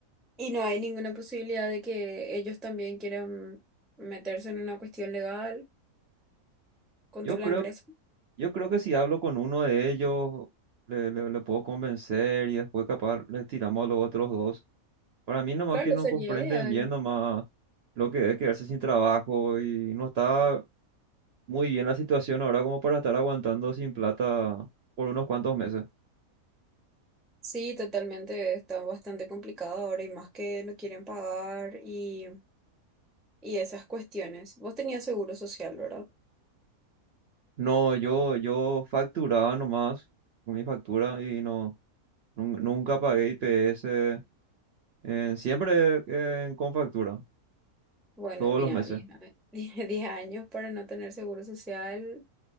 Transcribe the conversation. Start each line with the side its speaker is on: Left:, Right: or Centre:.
Centre: Y no hay ninguna posibilidad de que ellos también quieran meterse en una cuestión legal contra
Right: Yo
Centre: la
Right: creo
Centre: empresa.
Right: Yo creo que si hablo con uno de ellos, le, le- le puedo convencer y después capaz le tiramos a los otros dos. Para mí nomás
Centre: Claro,
Right: que no
Centre: sería
Right: comprenden
Centre: ideal.
Right: bien nomás lo que es quedarse sin trabajo y no está muy bien la situación ahora como para estar aguantando sin plata por unos cuantos meses.
Centre: Sí, totalmente, está bastante complicado ahora y más que no quieren pagar y, y esas cuestiones. Vos tenías seguro social, ¿verdad?
Right: No, yo, yo facturaba nomás con mi factura y no, nun- nunca pagué IPS, eh, siempre eh, con factura,
Centre: Bueno,
Right: todos
Centre: mira,
Right: los meses.
Centre: 10, a- <laughs> 10 años para no tener seguro social